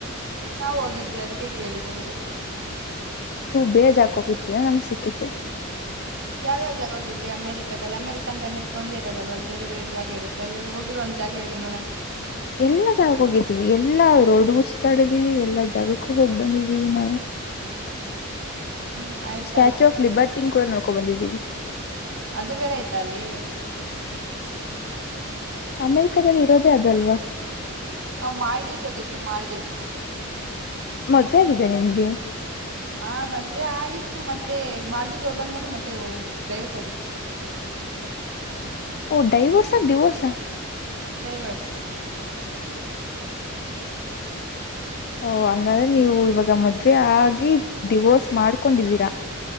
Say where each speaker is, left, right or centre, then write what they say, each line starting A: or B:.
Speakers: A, on the right; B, on the left.
A: ನಾ ಹೋಗಿದ್ವಿ ಅದಕ್ಕೆ ಕೇಳಿದ್ ನಿಮ್ಗೆ
B: ಬೇಜ್ ಆಕ ಹೋಗಿರ್ತರ ನಮ್ಗ್ ಸಿಕ್ಕಿತ್ತು
A: ಯಾವ ಯಾವ ಜಾಗ ಹೋಗಿದ್ರಿ ಅಮೆರಿಕದಲ್ಲಿ ಅಮೆರಿಕ. ಯಾಕಂದ್ರೆ ಅಮೆರಿಕ ಒಂದ ಇರಲ್ಲಲ್ ಅಲ್ಲಿ ಬೇರೆ ಬೇರೆ ಜಾಗ ಇರುತ್ತೆ ಅಲ್ಲಿ ಹೋಗಿರೋ ಒಂದ ಜಾಗ ಹೇಳಿ ನೋಡೋಣ
B: ಎಲ್ಲಾ ಜಾಗಕ್ಕೆ ಹೋಗಿದ್ವಿ ಎಲ್ಲಾ ರೋಡ್ಗೂ ಸುತ್ತಾಡಿದೀವಿ ಎಲ್ಲಾ ಜಾಗಕ್ಕ ಹೋಗ್ ಬಂದಿದೀವಿ ನಾವು
A: ಹ್ಮ್ ಆಯ್ತಾಯ್ತು
B: ಸ್ಟಾಚು ಆಫ್ ಲಿಬರ್ಟಿ ಕೂಡ ನೋ. ಕೊ ಬಂದಿದ್ದೀವಿ.
A: ಅದು ಬೇರೆ ಐತ ಅಲ್ಲಿ.
B: ಅಮೆರಿಕದಲ್ ಇರೋದೇ ಅದಲ್ವಾ.
A: ಹಾ ಮಾಲ್ಡಿವ್ಸ್ ಹೋಗಿದ್ವಿ ಮಾಲ್ಡಿವ್ಸ್.
B: ಮದ್ವೆ ಆಗಿದೆ ನಿಮ್ಗೆ
A: ಹಾ ಮದ್ವೆ ಆಗಿತ್ತು ಮ ಮತ್ತೆ ಮಾಲ್ಡೀವ್ಸ್ ಹೊಬಂದ್ ಮೇಲೆ ಮತ್ತೆ ಡೈವರ್ಸ್ ಆಗ್ಬಿಡ್ತು.
B: ಓ ಡೈವೋರ್ಸಾ ಡಿವೋರ್ಸಾ?
A: ಡೈವರ್ಸ್
B: ಓ ಹಂಗಾದ್ರೆ ನೀವು ಇವಾಗ ಮದ್ವೆ ಆಗಿ ಡಿವೋರ್ಸ್ ಮಾಡ್ಕೊಂಡಿದ್ದೀರ.